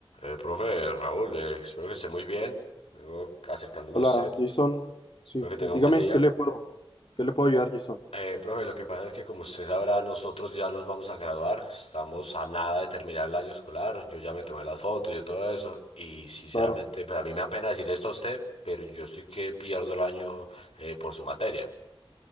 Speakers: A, on the left (about 85°); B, on the left (about 60°).
A: Eh, profe Raúl, eh, espero que esté muy bien. Vengo acercándome
B: Hola,
A: a usted.
B: Jason. Sí,
A: Espero que
B: dígame,
A: tenga un buen día.
B: ¿qué le puedo, qué le puedo ayudar, Jason?
A: Eh, profe, lo que pasa es que como usted sabrá, nosotros ya nos vamos a graduar. Estamos a nada de terminar el año escolar. Yo ya me tomé las fotos, yo todo eso. Y sinceramente,
B: Claro.
A: pues a mí me da pena decirle esto a usted, pero yo sí que pierdo el año eh, por su materia.